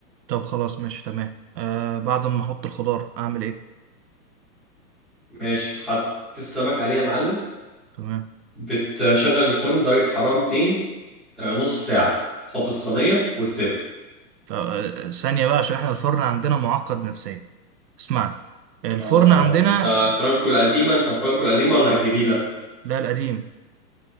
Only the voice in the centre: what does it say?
ماشي حط السمك عليه يا معلم
بتشغل الفرن درجة حرارة 200 آه، نص ساعة تحط الصينية وتسيبها
اه
انت فرانكو القديمة انت فرانكو القديمة ولا الجديدة؟